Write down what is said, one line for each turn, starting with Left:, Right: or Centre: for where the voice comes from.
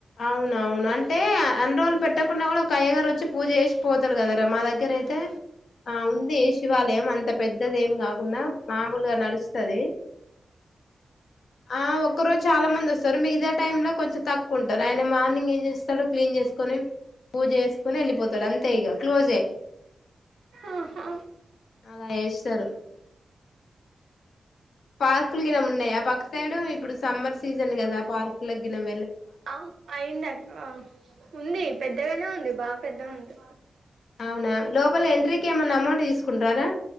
Left: అవునవును అంత అంటే ఎంన్రోల్ పెట్టకుండా కూడా కయ్యగారు వచ్చి పూజ చేసి పోతారు కదరాా మా దగ్గర అయితే ఆ ఉంది శివాలయం అంత పెద్దదే కాకుండా మామూలుగా నడుస్తుది ఆ ఒక్కరోజు చాలా మంది వస్తు తొరు మీ ఇదర్ టైంలో కొంచెం తక్ ఉంటారు ఆయన మార్నింగ్ ఏం చేస్తాడు క్లీన్ చేసుకని పూజ చేసుకని వెళ్ళిపోతారు అంత ఇ క్లోజే
Right: ఆహా
Left: అలా చేస్తారు పార్కులుకి ఏమున్నాయా పాక్ సడం ఇప్పుడు సమ్మర్ సీజన్ కదా పార్క్ లగ్గినం
Right: ఆ అయిందా ఆ ఉంది పెద్దగానే ఉంది బాగా పెద్దగుంది
Left: అవునా లోపల ఎంట్రీకి ఏమన్నా అమౌంట్ తీసుకుంటారా